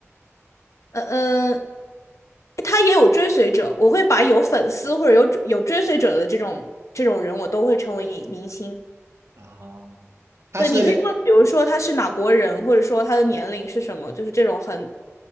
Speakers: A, on the left; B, on the right.
A: 嗯嗯，他也有追随者，我会把有粉丝或者有有追随者的这种这种人，我都会成为明明星。
B: 啊，他是两
A: 对，你可以问，比如说他是哪国人，或者说他的年龄是什么，就是这种很，